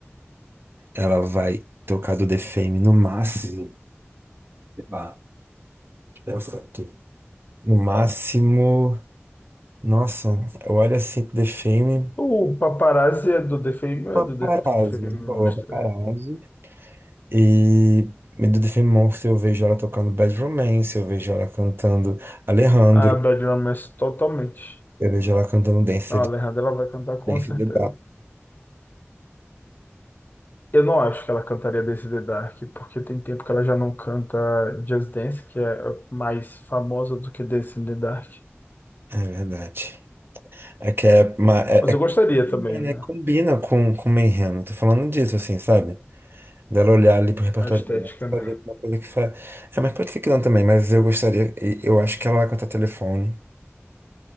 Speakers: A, on the right; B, on the left.
A: ela vai tocar do The Fame no máximo. Sei lá, deixa eu pensar aqui. No máximo. Nossa, eu olho assim pro The Fame.
B: O Paparazzi é do The Fame,
A: Paparazzi,
B: é do The Fame
A: né? boa,
B: Monster.
A: paparazzi. E do The Fame Monster eu vejo ela tocando Bad Romance, eu vejo ela cantando Alejandro,
B: A Bad Romance totalmente.
A: eu vejo ela cantando Dance,
B: Não, a Alejandra ela vai cantar com
A: Dance
B: certeza.
A: in the Dark.
B: Eu não acho que ela cantaria Dance in the Dark, porque tem tempo que ela já não canta Just Dance, que é mais famosa do que Dance in the Dark.
A: É verdade. É que é, ma- é,
B: Mas
A: é
B: eu gostaria
A: combina,
B: também,
A: né?
B: né?
A: Combina com, com o Menreno. Tô falando disso, assim, sabe? Dela olhar ali pro repertório
B: A estética,
A: dela,
B: né?
A: fazer uma coisa que faz. É, mas pode ser que não também, mas eu gostaria. e Eu acho que ela vai cantar telefone.